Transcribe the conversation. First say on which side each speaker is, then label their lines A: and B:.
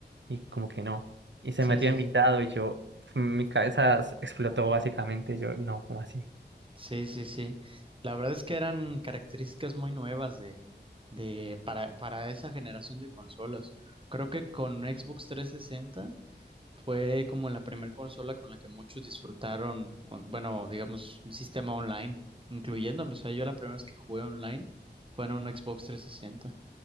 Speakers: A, on the right (about 80°); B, on the right (about 30°).
A: Y como que no. Y se
B: sí,
A: metió
B: sí,
A: invitado
B: sí.
A: y yo, mi cabeza s- explotó básicamente. Yo, no, ¿cómo así?
B: Sí, sí, sí. La verdad es que eran características muy nuevas de, de, para, para esa generación de consolas. Creo que con Xbox 360 fue como la primera consola con la que muchos disfrutaron, con, bueno, digamos, un sistema online, incluyéndome. O sea, yo la primera vez que jugué online fue en un Xbox 360.